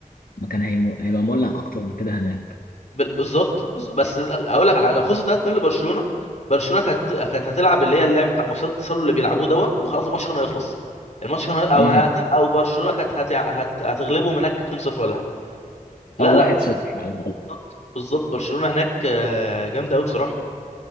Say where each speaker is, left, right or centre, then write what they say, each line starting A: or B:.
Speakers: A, on the left (about 85°); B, on the left (about 55°).
A: ما كان هيم- هيبقى مولع اكتر من كده هناك
B: بال- بالظبط بز- بس هقول لك على حاجة، لو خسر 3-2 لبرشلونه برشلونه كانت كانت هتلعب اللي هي اللعب بتاع مصيدة التسلل اللي بيلعبوه دون وخلاص الماتش كان هيخلص الماتش كان هي... او
A: مم.
B: هت... او برشلونه كانت هت... هت... هتغلبهم هناك 2-0 ولا حاجه لا
A: او
B: لا
A: 1
B: برشلونه
A: 0
B: بالظبط بالظبط برشلونه هناك آه، جامده قوي بصراحه